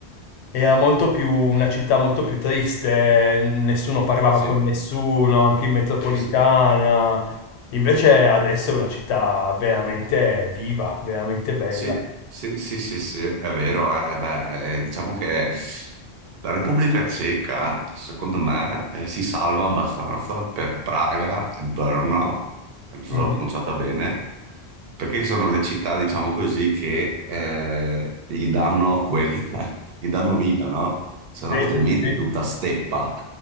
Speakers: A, on the left; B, on the right.
A: era molto più una città molto più triste, nessuno parlava
B: Sì,
A: con nessuno, anche in metropolitana.
B: sì, sì.
A: Invece adesso è una città veramente viva, veramente bella.
B: Sì, sì, sì, sì, sì, è vero. eh, beh, eh, diciamo che la Repubblica Ceca, secondo me, eh, si salva abbastanza per Praga e Brno, non so
A: Mhm.
B: se l'ho pronunciata bene, perché sono le città, diciamo così, che eh, gli danno quel, <laughs> gli danno vita, no? Se
A: Sì,
B: no, altrimenti
A: sì.
B: è tutta steppa.